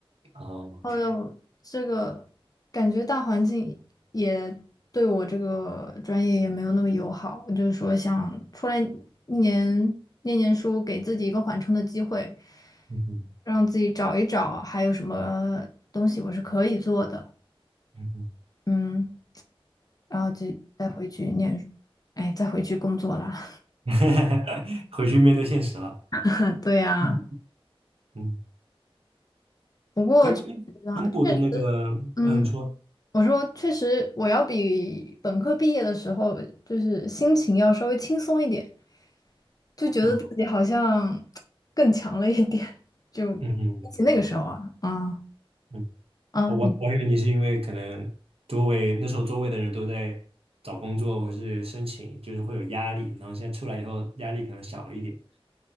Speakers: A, on the right; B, on the left.
A: 哦，OK，
B: 哦又这个感觉大环境也对我这个专业也没有那么友好，我就是说想出来一年念念书，给自己一个缓冲的机会，
A: 嗯哼，
B: 让自己找一找还有什么东西我是可以做的，
A: 嗯哼，
B: 嗯，然后就再回去念，哎，再回去工作啦。
A: <laughs> 回去面对现实了。
B: <laughs> 对呀，
A: 嗯嗯，
B: 不过确实啊，
A: 可是英英国的那个，
B: 确实嗯。
A: 嗯，你说，
B: 我说，确实，我要比本科毕业的时候，就是心情要稍微轻松一点。就觉得自己好像
A: 啊
B: 更强了一点，就比起那个时候啊，
A: 嗯嗯
B: 嗯
A: 嗯，
B: 啊，
A: 哦我我还以为你是因为可能周围那时候周围的人都在找工作或是申请，
B: 你
A: 就是会有压力，然后现在出来以后压力可能小一点，